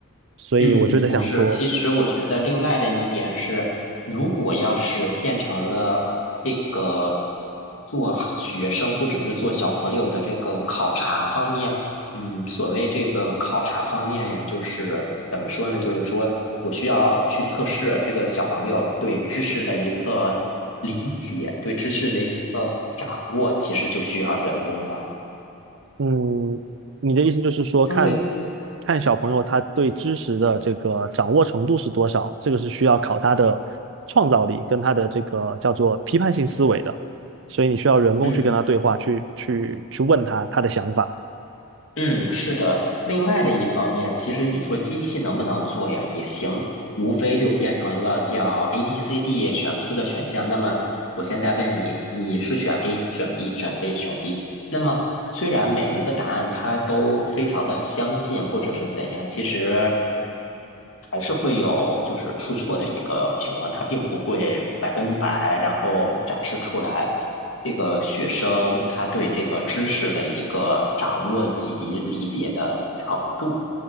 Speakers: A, on the right (about 55°); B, on the left (about 70°).
A: 所以我就在想说，
B: 嗯，不是。其实我觉得另外的一点是，如果要是变成了这个做学生或者是做小朋友的这个考察方面，嗯，所谓这个考察方面呀，就是怎么说呢？就是说我需要去测试这个小朋友对知识的一个理解，对知识的一个掌握，其实就需要人工了，
A: 嗯，你的意思就是说，看
B: 因为。
A: 看小朋友他对知识的这个掌握程度是多少，这个是需要考他的创造力跟他的这个叫做批判性思维的，所以你需要人工去跟他对话，
B: 嗯，
A: 去去去问他他的想法。
B: 嗯，是的。另外的一方面，其实你说机器能不能做呀？也行，无非就变成了叫 A、B、C、D 选四个选项。那么我现在问你，你是选 A、选 B、选 C、选 D？那么，虽然每一个答案它都非常的相近，或者是怎样，其实还是会有就是出错的一个情况，它并不会百分百，然后展示出来这个学生他对这个知识的一个掌握及理解的程度。